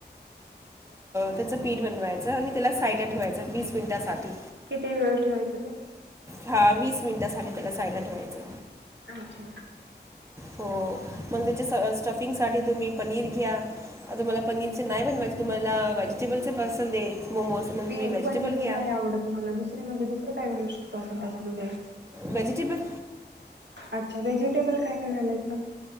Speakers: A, on the right; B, on the right.
A: त्याच पीठ बनवायचं आणि त्याला सा साईड ला ठेवायचं वीस मिनिटासाठी.
B: किती वेळ ठेवायचे ते?
A: हां वीस मिनिटांसाठी त्याला साईड ला ठेवायचं.
B: अच्छा.
A: हो मग त्याच्या स स्टफिंगसाठी तुम्ही पनीर घ्या आता मला पनीरचे नाही बनवायचेे तुम्हाला व्हेजिटेबलचे पसंद येईल मोमोज
B: <unintelligible>
A: मग तुम्ही व्हेजिटेबल
B: पनीरची
A: घ्या
B: नाही आवडत मला दुसर म्हणजे दुसरं काय घालू शकतो? <unintelligible> त्याच्यामध्ये
A: वेजिटेबल.
B: अच्छा व्हेजिटेबल काय काय घालायचं?